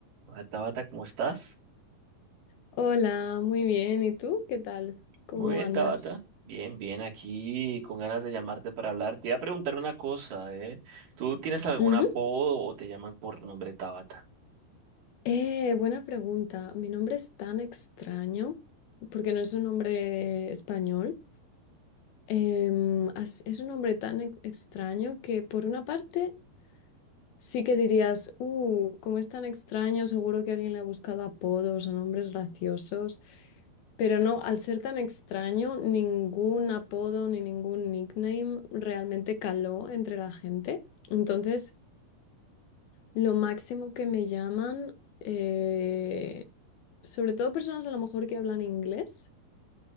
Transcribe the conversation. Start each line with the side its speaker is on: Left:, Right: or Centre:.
Right: Hola, Tabata, ¿cómo estás?
Left: Hola, muy bien. ¿Y tú? ¿Qué tal? ¿Cómo
Right: Muy bien,
Left: andas?
Right: Tabata. Bien, bien, aquí con ganas de llamarte para hablar. Te iba a preguntar una cosa, ¿eh? ¿Tú tienes algún
Left: Ujú.
Right: apodo o te llaman por tu nombre Tabata?
Left: Eh, buena pregunta. Mi nombre es tan extraño porque no es un nombre español. Em, as- es un nombre tan ex- extraño que por una parte sí que dirías, uh, como es tan extraño, seguro que alguien le ha buscado apodos o nombres graciosos. Pero no, al ser tan extraño, ningún apodo ni ningún nickname realmente caló entre la gente. Entonces... Lo máximo que me llaman, eh, sobre todo personas a lo mejor que hablan inglés,